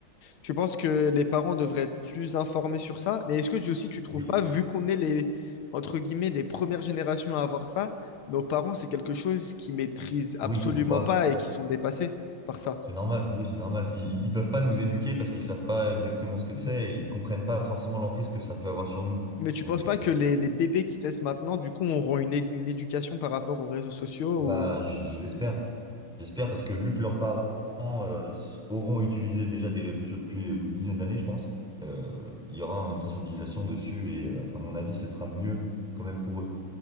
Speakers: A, on the left; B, in the centre.
A: Tu penses que les parents devraient être plus informés sur ça? Mais est-ce que tu, aussi tu trouves
B: Oui.
A: pas, vu qu'on est les, entre guillemets, les premières générations à avoir ça, nos parents, c'est quelque chose qu'ils maîtrisent absolument
B: Oui, qu'ils n'ont pas.
A: pas et qui sont dépassés par ça.
B: C'est normal, oui, c'est normal. Ils, ils peuvent pas nous éduquer parce qu'ils savent pas exactement ce que
A: Mhm.
B: c'est et ils comprennent pas forcément l'emprise que ça peut avoir sur nous.
A: Mais tu
B: Donc,
A: penses pas
B: euh,
A: que les, les bébés qui naissent maintenant, du coup, auront une, é- une éducation par rapport aux réseaux sociaux ou...
B: bah, je, je l'espère. J'espère parce que vu que leurs parents euh, s- auront utilisé déjà des réseaux sociaux depuis une dizaine d'années, je pense, euh, il y aura une sensibilisation dessus et euh, à mon avis, ce sera mieux quand même pour eux.